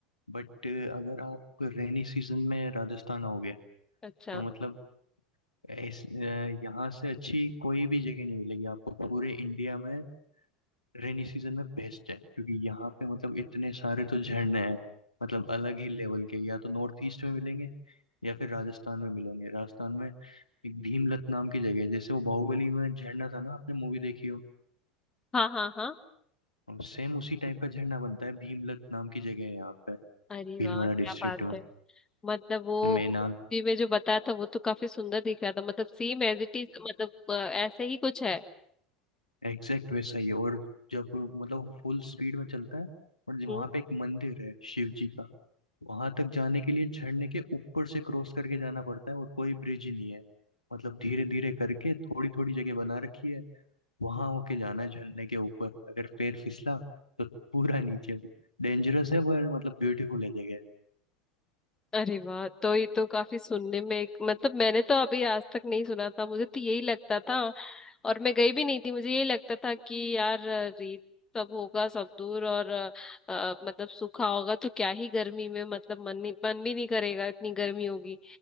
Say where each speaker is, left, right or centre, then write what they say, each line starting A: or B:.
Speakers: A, on the left (about 80°); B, on the left (about 15°).
A: बट अगर आप रेनी सीजन में राजस्थान आओगे
B: अच्छा
A: तो मतलब ऐस- अ, यहाँ से अच्छी कोई भी जगह नहीं मिलेगी आपको पूरे इंडिया में रेनी सीजन में बेस्ट है क्योंकि यहाँ पे मतलब इतने सारे तो झरने हैं मतलब अलग ही लेवल के या तो नॉर्थ ईस्ट में मिलेंगे या फिर राजस्थान में मिलेंगे राजस्थान में एक भीमलत नाम की जगह है जैसे वो बाहुबली में झरना था ना आपने मूवी देखी हो
B: हाँ हाँ हाँ
A: सेम उसी टाइप का झरना बनता है भीमलत नाम की जगह है यहाँ पे
B: अरे
A: भीलवाड़ा
B: वाह क्या
A: डिस्ट्रिक्ट
B: बात
A: में
B: है मतलब वो
A: मेनाल
B: मूवी में जो बताया था वो तो काफी सुंदर दिख रहा था मतलब सेम एज इट इज मतलब अ, ऐसे ही कुछ है
A: एग्जैक्ट वैसा ही है और जब मतलब फुल स्पीड में चलता है और वहां
B: हम्म।
A: पे एक मंदिर है शिव जी का वहां तक जाने के लिए झरने के ऊपर से क्रॉस करके जाना पड़ता है और कोई ब्रिज ही नहीं है मतलब धीरे धीरे करके थोड़ी थोड़ी जगह बना रखी है वहां होके जाना है झरने के ऊपर अगर पैर फिसला तो पूरा नीचे डेंजरस है पर मतलब ब्यूटीफुल है जगह
B: अरे वाह तो ये तो काफी सुनने में एक मतलब मैंने तो अभी आज तक नहीं सुना था मुझे तो यही लगता था और मैं गई भी नहीं थी मुझे यही लगता था कि यार अ, रेत सब होगा सब दूर और अ, अ, मतलब सूखा होगा तो क्या ही गर्मी में मतलब मन नहीं मन भी नहीं करेगा इतनी गर्मी होगी